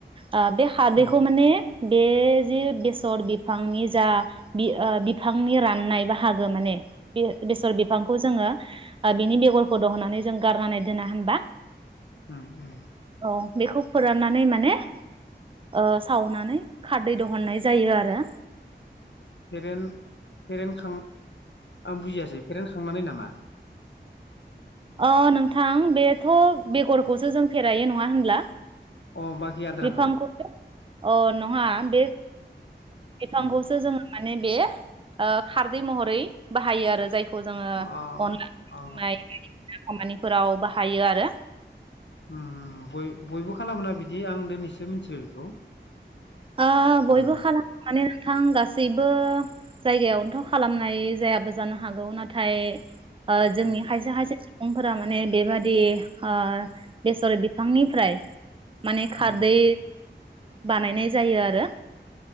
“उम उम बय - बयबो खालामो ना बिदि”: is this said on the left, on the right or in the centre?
Left